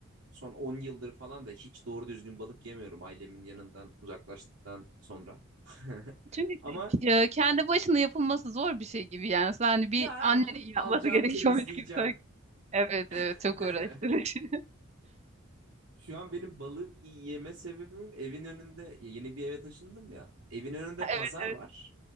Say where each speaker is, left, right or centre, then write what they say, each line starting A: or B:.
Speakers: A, on the right; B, on the right.
A: son 10 yıldır falan da hiç doğru düzgün balık yemiyorum ailemin yanından uzaklaştıktan sonra. <laughs>
B: Çünkü
A: Ama
B: e, kendi başına yapılması zor bir şey gibi yani. Sen hani bir
A: ya
B: annenin <laughs>
A: alacaksın
B: yapması gerekiyormuş
A: temizleyeceksin.
B: gibi. sanki. Evet evet
A: <laughs>
B: çok uğraştırıcı.
A: Şu an benim balık yeme sebebim evin önünde yeni bir eve taşındım ya. Evin önünde
B: <laughs>
A: pazar
B: Evet evet.
A: var